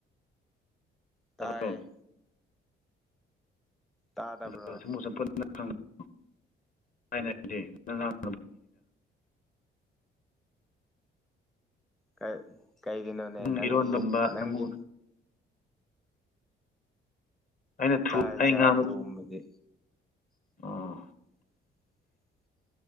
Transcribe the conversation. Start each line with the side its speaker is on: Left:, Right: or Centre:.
Centre: ꯇꯥꯏꯌꯦ
Left: ꯇꯥꯕ꯭ꯔꯣ
Centre: ꯇꯥꯗꯕ꯭ꯔꯣ
Left: <unintelligible>
Centre: ꯀꯩ ꯀꯩꯒꯝꯅꯣꯅꯦ
Left: ꯅꯪ
Centre: ꯅꯪꯒꯤ
Left: ꯏꯔꯣꯟꯕꯒꯨꯝꯕ
Centre: ꯅꯪꯒꯤ
Left: ꯁꯥꯃꯨ ꯑꯩꯅ ꯊꯨ
Centre: ꯆꯥꯏ
Left: ꯑꯩ
Centre: ꯆꯥꯏ
Left: ꯉꯥꯡꯕ
Centre: ꯑꯗꯨꯒꯨꯝꯕꯗꯤ <inaudible>
Left: ꯑꯣ